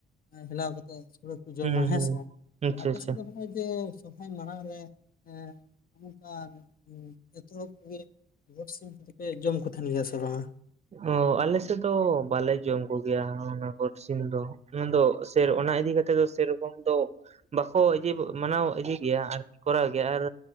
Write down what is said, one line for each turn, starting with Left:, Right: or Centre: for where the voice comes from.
Left: ᱦᱮᱞᱟᱣ ᱠᱟᱛᱮ ᱥᱳᱲᱮ ᱡᱚᱢᱟ
Right: ᱦᱩᱸ
Left: ᱦᱮᱸᱥᱮ,
Right: ᱦᱩᱸ
Left: ᱟᱫᱚ
Right: ᱟᱪᱪᱷᱟ
Left: ᱟᱯᱮ
Right: ᱟᱪᱪᱷᱟ
Left: ᱥᱮᱫ ᱫᱚ ᱡᱮ ᱥᱚᱦᱨᱟᱭ ᱢᱟᱲᱟᱝ ᱨᱮ ᱮ ᱱᱚᱝᱠᱟᱱ ᱮᱛᱚᱦᱚᱵ ᱨᱮ ᱜᱚᱴ ᱥᱤᱢ ᱠᱚᱫᱚᱯᱮ ᱡᱚᱢ ᱠᱚ ᱫᱚ ᱛᱟᱦᱮᱱ ᱜᱮᱭᱟ ᱥᱮ ᱵᱟᱝᱟ?
Right: ᱚ ᱟᱞᱮ ᱥᱮᱫ ᱫᱚ ᱵᱟᱞᱮ ᱡᱚᱢ ᱠᱚᱜᱮᱭᱟ ᱚᱱᱟ ᱜᱚᱴ ᱥᱤᱢ ᱫᱚ᱾ ᱚᱱᱟ ᱫᱚ ᱥᱮᱨ ᱚᱱᱟ ᱤᱫᱤ ᱠᱟᱛᱮᱜ ᱫᱚ ᱥᱮᱨᱚᱠᱚᱢ ᱫᱚ ᱵᱟᱠᱚ ᱤᱭᱟᱹ ᱢᱟᱱᱟᱣ ᱤᱫᱤ ᱜᱮᱭᱟ ᱟᱨᱠᱤ ᱠᱚᱨᱟᱣ ᱜᱮᱭᱟ ᱟᱨ